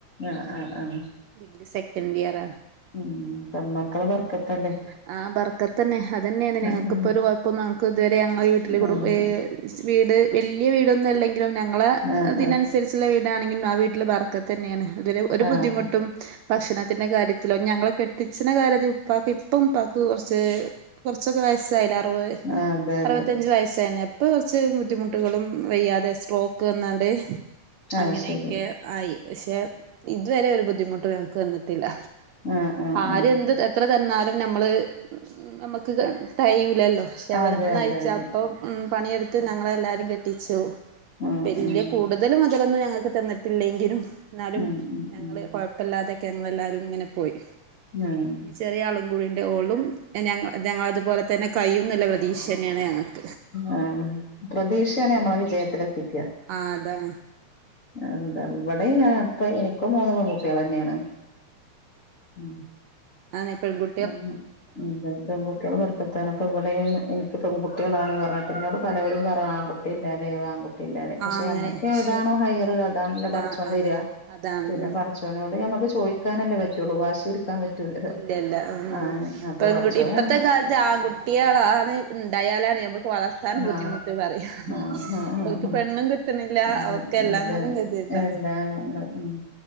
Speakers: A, on the left; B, on the right.
A: ആഹ് ആഹ് ആഹ്
B: ഡിഗ്രി സെക്കൻഡിയറാണ്.
A: ഉം പെൺമക്കളെ ബർക്കത്തല്ലേ
B: ആഹ് ബർക്കത്തന്നെ അതന്നെണ് നെഹ്
A: ആഹ്
B: ഇക്ക്പ്പൊരു കൊഴപ്പം ഞങ്ങക്ക് ഇതുവരെ ഞങ്ങ വീട്ടിലും
A: ആഹ്
B: ഏഹ് വീട് വല്യ വീടൊന്നല്ലെങ്കിലും ഞ ങ്ങളെ
A: ആഹ്
B: ഇതിനനുസരിച്ചുള്ള വീടാണെങ്കിലും ആ വീട്ടിലെ ബറക്കത്തെന്നെണ് ഇതില് ഒരു
A: ആഹ്
B: ബുദ്ധിമുട്ടും ഭക്ഷണത്തിന്റെ കാര്യത്തിലും ഞങ്ങളെ കെട്ടിച്ച്ണ കാര്യത്തിലും ഉപ്പാക്ക് ഇപ്പം ഉപ്പാക്ക് കൊറച്ച് കുറച്ചൊക്കെ വയസ്സ് സ്സായിലെ അറുവത്
A: ആഹ് ആഹ് അതെ അതെ
B: അറുവത്തഞ്ച് വയസെന്നെ ഇപ്പൊ കുറച്ച് ബുദ്ധിമുട്ടുകളും വയ്യാതെ സ്ട്രോക്ക് വന്നാണ്ട് അങ്ങനെയൊക്കെ
A: അത് ശരി
B: ആയി പക്ഷെ ഇതുവരെ ഒരു ബുദ്ധിമുട്ട് ഞങ്ങക്ക് വന്നിട്ടില്ല
A: ആഹ് ആഹ്
B: ആര്
A: ആഹ്
B: എന്ത് എത്ര തന്നാലും നമ്മൾ നമുക്ക് തകയ്ല്ലല്ലോ പക്ഷെ അവര്
A: അതെ
B: നമ്മൾ നയിച്ചപ്പൊ
A: അതെ അതെ
B: ഉം പണിയെടുത്ത് ഞങ്ങളെല്ലാരിം കെട്ടിച്ചു.
A: ഉം ഉം
B: വല്യ കൂടുതൽ മൊതലൊന്നും ഞങ്ങൾക്ക് തന്നിട്ടില്ലെങ്കിലും എന്നാലും
A: ഉം ഉം
B: ഞങ്ങള്
A: ഉം
B: കൊഴ പ്പല്ലാതെയൊക്കെ ഞങ്ങളെല്ലാരും ഇങ്ങനെ പോയി.
A: ഉം
B: ഇനി ചെറിയ ആളും കൂടീണ്ട് ഓളും ഞ ഞങ്ങളതുപോലെ തന്നെ കൈയുന്നുള്ള പ്രതീക്ഷന്നെയാണ് ഞങ്ങൾക്ക്
A: ആഹ് പ്രതീക്ഷയാണ് ഞമ്മളെ വിജയത്തിലെത്തിക്ക.
B: ആ അതാണ്
A: എന്താ ഇവിടെ ഞങ്ങക്ക് എനിക്കും മൂന്ന് പെൺകുട്ടികളെന്നെണ്. ഉം
B: ആഹ് ഈ പെൺകു
A: ഒന്നും അതെ പെൺകുട്ടികൾ ബർക്കത്താണ് ഇപ്പൊ ഇവിടെയും എനിക്ക് പെൺകുട്ടേളാണ് പറഞ്ഞിട്ട് ഇന്നോട് പലോരും പറയാ ആൺകുട്ടി ഇല്ലല്ലേ ആൺകുട്ടി ട്ടില്ലല്ലേ പക്ഷെ
B: ആ അങ്ങനെ
A: ഞമ്മക്ക്
B: പക്ഷെ
A: ഏതാണോ ഹൈർ അതാണല്ലോ
B: അതാ
A: പടച്ചോൻ തരാ
B: അതാണ്
A: പിന്നെ
B: ഉം
A: പട ച്ചോനോട് നമുക്ക് ചോയിക്കാനല്ലേ പറ്റുള്ളൂ വാശിപിടിക്കാൻ പറ്റൂലല്ലോ.
B: ഇല്ലല്ല ഉം
A: ആഹ് അപ്പൊ
B: പെൺകുട്ടി
A: പടച്ചോന്
B: ഇപ്പത്തെ കാലത്ത് ആൺ കുട്ടേളാണ് ഉണ്ടായാലാണ് നമ്മ വളർത്താൻ ബുദ്ധിമുട്ട്
A: ആഹ്
B: പറയാ
A: ആഹ് ആഹ് ആഹ്
B: ഓൽക്ക്
A: ആഹ്
B: പെണ്ണും കിട്ടുണില്ല
A: അതെ
B: ഒ ക്കെല്ലാം
A: അതെ
B: കൊണ്ടും കതികേടാണ്
A: എല്ലാം ഉണ്ട് ഉം